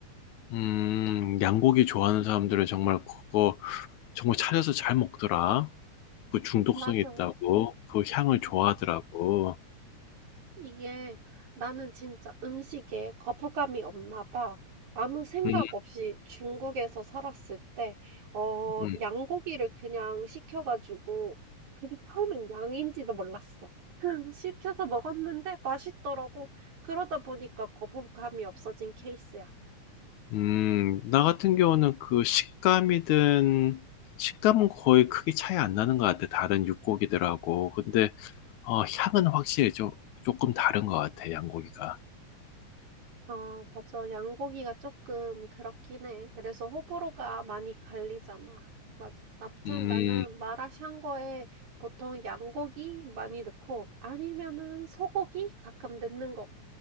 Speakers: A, on the left (about 80°); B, on the right (about 80°).
A: 음, 양고기 좋아하는 사람들은 정말 그거 정말 찾아서 잘 먹더라. 그 중독성이
B: 맞아.
A: 있다고 그 향을 좋아하더라고.
B: 이게 나는 진짜 음식에 거부감이 없나 봐. 아무 생각
A: 음,
B: 없이 중국에서 살았을 때, 어,
A: 음,
B: 양고기를 그냥 시켜가지고, 그게 처음엔 양인지도 몰랐어. 그냥 시켜서 먹었는데 맛있더라고. 그러다 보니까 거부감이 없어진 케이스야.
A: 음, 나 같은 경우는 그 식감이든 식감은 거의 크게 차이 안 나는 것 같아. 다른 육고기들하고. 근데 어, 향은 확실히 좀 조금 다른 것 같아. 양고기가.
B: 아, 맞아. 양고기가 조금 그렇긴 해. 그래서 호불호가 많이 갈리잖아. 맞아. 아무튼
A: 음,
B: 나는 마라샹궈에 보통 양고기 많이 넣고 아니면은 소고기 가끔 넣는 거. 같-